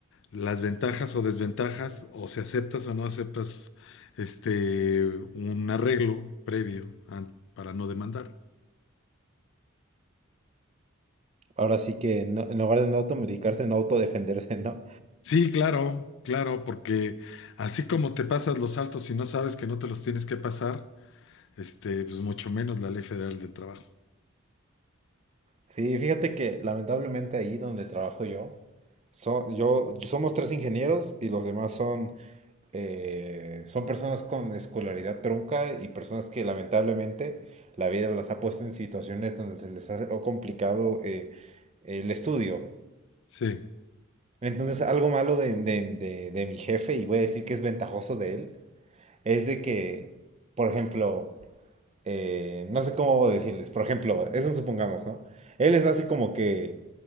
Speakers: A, on the left; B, on the right.
A: las ventajas o desventajas, o si aceptas o no aceptas este, un arreglo previo an- para no demandar.
B: Ahora sí que no- en lugar de no automedicarse, no autodefenderse, ¿no?
A: Sí, claro, claro, porque así como te pasas los saltos y no sabes que no te los tienes que pasar, este, pues mucho menos la Ley Federal del Trabajo.
B: Sí, fíjate que lamentablemente ahí donde trabajo yo, so- yo somos tres ingenieros y los demás son, eh, son personas con escolaridad trunca y personas que lamentablemente la vida las ha puesto en situaciones donde se les ha complicado eh, el estudio.
A: Sí,
B: Entonces, algo malo de, de- de- de mi jefe, y voy a decir que es ventajoso de él, es de que, por ejemplo, eh, no sé cómo decirles, por ejemplo, eso supongamos, ¿no? Él les hace como que